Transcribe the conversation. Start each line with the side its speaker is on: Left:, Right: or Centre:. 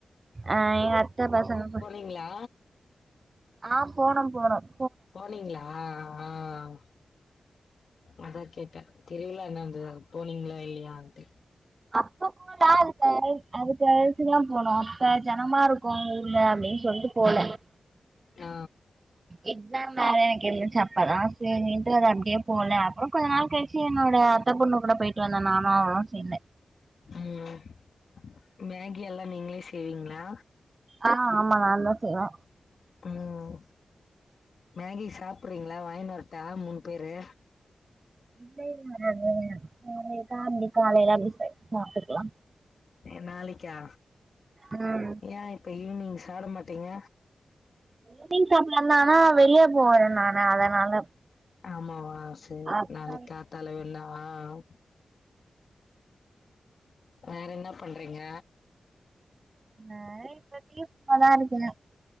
Right: ஆ எங்க அத்த பசங்க கு
Left: ங்களா
Right: ஆ போனம் போனம்
Left: போனீங்களா ஆ ஆ அதா கேட்ட தெர்ல <unintelligible> போனீங்களா இல்லையான்ட்டு
Right: அப்ப <unintelligible> அது கழ்சுதா போனோ அப்ப ஜனமா இருக்கு ஊர்ல அப்டின் சொல்ட்டு போல
Left: ஆ
Right: எக்ஸாம் வேற எனக்கு இருந்துச்சி அப்பதா சரின்டு அது அப்டே போல அப்புறம் கொஞ்ச நாள் கழிச்சி என்னோட அத்த பொண்ணு கூட போயிட்டு வந்தோ நானு அவளு சேந்து
Left: ம் மேகி எல்லா நீங்களே செய்வீங்களா
Right: ஆ ஆமா நான்ந்த செய்வ
Left: ம் மேகி சாப்பறீங்களா வாங்கின்வரட்டா மூணு பேரு
Right: இல்லை <unintelligible> காலையில அப்டி சாப்பிட்டுக்கலா
Left: எ நாளைக்கா
Right: ம்
Left: ஏ இப்ப ஈவினிங் சாட மாட்டீங்க
Right: ஈவ்னிங் சாப்லனால வெளிய போவற நானு அதனால
Left: ஆமாவா சரி
Right: அக்கா
Left: நாளைக்கா
Right: வீட்டுக்கு
Left: தலவில்லா ஹ வேற என்ன பண்றீங்க
Right: நா இப்பத்திகி சும்மதா இருக்கற